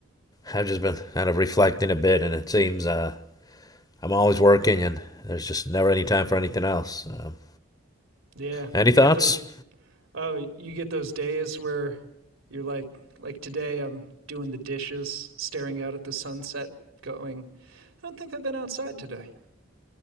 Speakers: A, on the left; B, on the right.
A: I've just been kind of reflecting a bit, and it seems uh, I'm always working, and there's just never any time for anything else. Um,
B: Yeah,
A: any
B: you
A: thoughts?
B: get those oh, you get those days where you're like like today I'm doing the dishes, staring out at the sunset, going, I don't think I've been outside today.